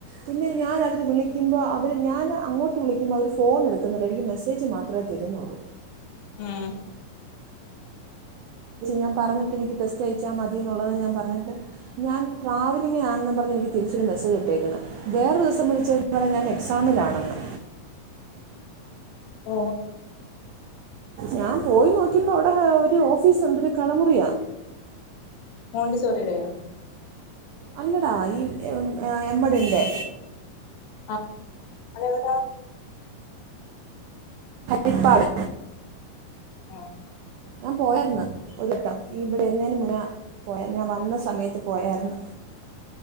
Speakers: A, on the right; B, on the left.
A: പിന്നെ ഞാൻ അവർ വിളിക്കുമ്പോൾ അവര് ഞാൻ അങ്ങോട്ട് വിളിക്കുമ്പോൾ അവർ ഫോൺ എടുക്കുന്നില്ല എനിക്ക് മെസ്സേജ് മാത്രം അത്ര തിരുന്നുള്ളൂ
B: ഉം
A: ഞാൻ പറഞ്ഞിട്ട് എനിക്ക് ടെസ്റ്റ് അയച്ചാൽ മതിയ എന്നുള്ളത് ഞാൻ പറഞ്ഞിട്ട് ഞാൻ ട്രാവലി ആണ പറഞ്ഞ അപ്പോതെനി തിരിച്ചരു മെസ്സേജ് ഇട്ടേക്കുന്നത് വേറെ ദിവസം വിളിച്ചത് പറ ഞാൻ എക്സമിലാണെന്നെന്ന്
B: ഓ
A: ഞാൻ പോയി നോക്കിയപ്പോ അവിടെ ഒരു ഓഫീസുണ്ട് ഒരു കടമുറിയാ
B: ഹണ്ണ്ട സോര രയാ
A: അല്ലടാ ഈ എമ്മടിന്റെറെ
B: ആ അതെവിടാ
A: ഴിപ്പാട്
B: ആഹ
A: ഞാൻ പോയായിരുന്നു ഒരിട്ടം ഇവിടെ എഴുന്നതിന് മുന്നേ പോയ ഞാൻ വന്ന സമയത്ത് പോയായിരുന്നു